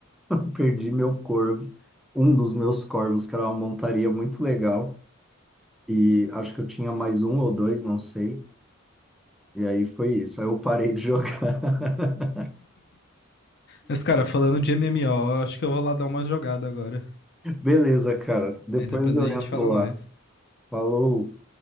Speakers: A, in the centre; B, on the left (about 55°).
A: <laughs> perdi meu corvo, um dos meus corvos, que era uma montaria muito legal, e acho que eu tinha mais um ou dois, não sei, e aí foi isso, aí eu parei de jogar. <laughs>
B: Mas, cara, falando de MMO, eu acho que eu vou lá dar uma jogada agora.
A: Beleza, cara, depois
B: Aí depois
A: eu
B: a gente
A: entro
B: fala
A: lá.
B: mais.
A: Falou.